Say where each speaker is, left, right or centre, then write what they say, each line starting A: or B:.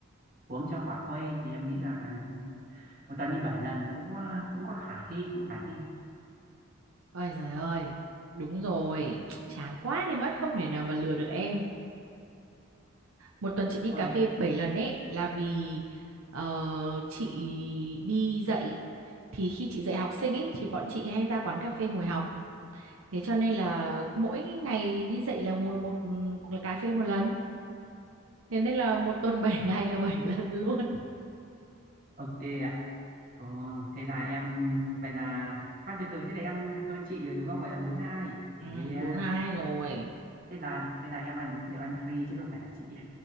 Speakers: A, on the right; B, on the right.
A: uống cho khỏa khuây thì em nghĩ là một tuần đi 7 lần thì cũng có, cũng có khả thi cũng khả thi
B: Ôi giời ơi, đúng rồi, <tsk> chán quá đi mất không thể nào mà lừa được em. Một tuần chị đi cà
A: ôi
B: phê 7 lần ấy là vì ờ, chị đi dạy thì khi chị dạy học sinh ấy thì bọn chị hay ra quán cà phê ngồi học. Thế cho nên là mỗi ngày đi dạy là ngồi một là cà phê một lần. Thế nên là một tuần <laughs> 7 ngày là 7 lần luôn.
A: ok ạ ờ, thế là em vậy là khoan từ từ thế là em hơn chị rồi đúng không gọi là bốn hai
B: Ừ,
A: yeah
B: bốn hai rồi.
A: thế là thế là em ăn được, được ăn free chứ không phải là chị